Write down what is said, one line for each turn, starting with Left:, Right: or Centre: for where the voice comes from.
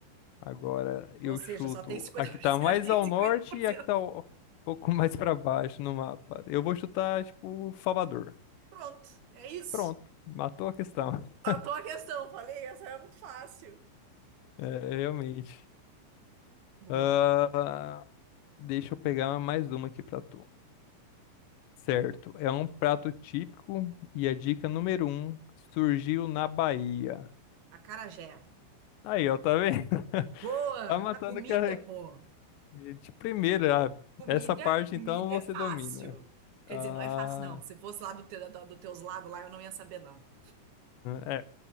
Left: Agora eu
Right: Ou seja,
Left: chuto
Right: só tem 50%.
Left: a que tá mais
Right: <laughs> Tem
Left: ao
Right: cinquenta
Left: norte
Right: por
Left: e
Right: cento
Left: a que tá um pouco <laughs> mais pra baixo no mapa. Eu vou chutar, tipo, Salvador.
Right: Pronto, é isso.
Left: Pronto, matou a questão. <laughs>
Right: a tua questão, falei, essa é muito fácil.
Left: É, realmente.
Right: Boa.
Left: Ah, deixa eu pegar mais uma aqui pra tu. Certo, é um prato típico e a dica número um surgiu na Bahia.
Right: Acarajé.
Left: Aí, ó, tá vendo? <laughs>
Right: Boa.
Left: Tá matando
Right: A comida,
Left: que a-
Right: pô.
Left: de primeira. Ah,
Right: Comida,
Left: Essa parte,
Right: comida
Left: então, você
Right: é fácil.
Left: domina.
Right: Quer
Left: Ah,
Right: dizer, não é fácil, não. Se fosse lá do, te, do, do teus lados lá, eu não ia saber, não.
Left: é,